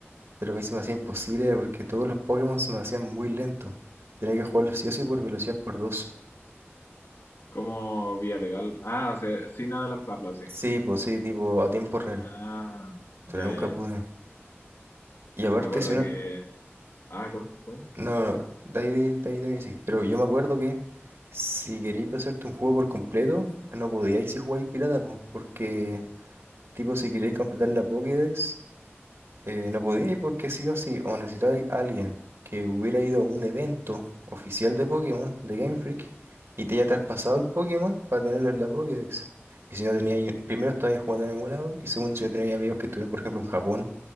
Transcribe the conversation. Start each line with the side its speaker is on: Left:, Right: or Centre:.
Right: pero a mí se me hacía imposible porque todos los Pokémon se me hacían muy lentos. Tenía que jugarlos sí o sí por velocidad por dos.
Left: Como vía legal. Ah, o sea, sin adelantarlo, así.
Right: Sí, pues sí, tipo a tiempo real,
Left: Ah,
Right: pero
Left: ya,
Right: nunca
Left: ya,
Right: pude.
Left: ya.
Right: Y aparte,
Left: Me acuerdo
Right: si uno...
Left: que. Ah, ¿cómo? ¿Cómo?
Right: No, no, de ahí, de ahí de mí sí, pero yo me acuerdo que si queréis pasarte un juego por completo, no podíais si jugáis pirata, pues, porque tipo si queréis completar la Pokédex... Eh, no podía ir porque sí o sí, o necesitáis a alguien que hubiera ido a un evento oficial de Pokémon, de Game Freak, y te haya traspasado el Pokémon para tenerlo en la Pokédex. Y si no teníais, primero estabais jugando en emulador, y segundo, si no teníais amigos que estuvieron, por ejemplo, en Japón.